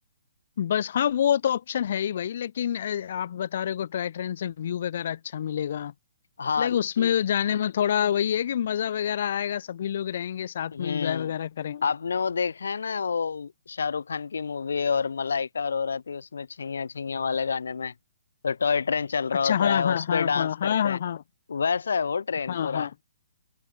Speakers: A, on the left; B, on the left.
A: बस हाँ वो तो ऑप्शन है ही भाई लेकिन अ, आप बता रहे हो टॉय ट्रेन से व्यू वगैरह अच्छा मिलेगा
B: हाँ
A: लाइक
B: ल-
A: उसमें जाने में थोड़ा वही है कि मजा वगैरह आएगा सभी लोग रहेंगे साथ
B: हम्म
A: में एंजॉय वगैरह करेंगे
B: आपने वो देखा है ना वो शाहरुख खान की मूवी और मलाइका अरोरा थी उसमें छैया छैया वाले गाने में तो टॉय ट्रेन चल रहा
A: अच्छा
B: होता
A: हाँ
B: है
A: हाँ
B: उस
A: हाँ
B: पे डांस
A: हाँ
B: करते
A: हाँ हाँ
B: हैं
A: हाँ
B: वैसा है वो ट्रेन
A: हाँ
B: पूरा
A: हाँ